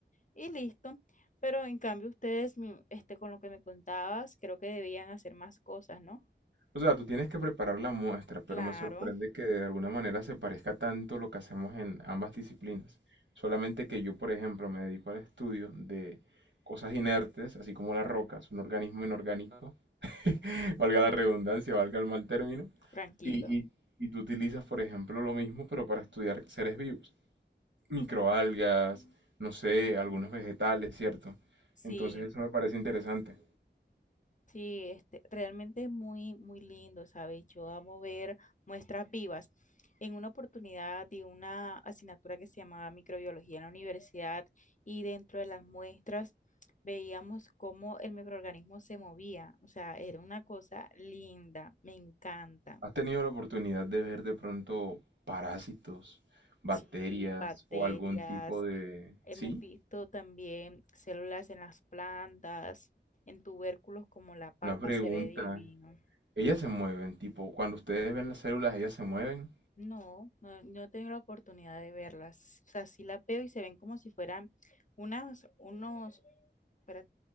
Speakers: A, on the left; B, on the right.
A: y listo. Pero en cambio ustedes, mi- este, con lo que me contabas, creo que debían hacer más cosas, ¿no?
B: O sea, tú tienes que preparar la muestra, pero
A: Claro,
B: me sorprende que de alguna manera se parezca tanto lo que hacemos en ambas disciplinas. Solamente que yo, por ejemplo, me dedico al estudio de cosas inertes, así como las rocas, un organismo inorgánico, <laughs> valga la redundancia, valga el mal término,
A: tranquilo.
B: y, y, y tú utilizas, por ejemplo, lo mismo, pero para estudiar seres vivos, microalgas, no sé, algunos vegetales, ¿cierto?
A: Sí.
B: Entonces eso me parece interesante.
A: Sí, este, realmente es muy, muy lindo, ¿sabes? Yo amo ver muestras vivas. En una oportunidad di una asignatura que se llamaba microbiología en la universidad y dentro de las muestras veíamos cómo el microorganismo se movía. O sea, era una cosa linda, me encanta.
B: ¿Has tenido la oportunidad de ver de pronto parásitos, bacterias
A: Sí, bacterias,
B: o algún tipo de...
A: hemos
B: Sí,
A: visto también células en las plantas, en tubérculos como la papa,
B: una pregunta.
A: se ve divino.
B: Ellas se mueven, tipo, cuando ustedes ven las células, ellas se mueven
A: No, no, no he tenido la oportunidad de verlas. O sea, sí la veo y se ven como si fueran unas, unos, espérate,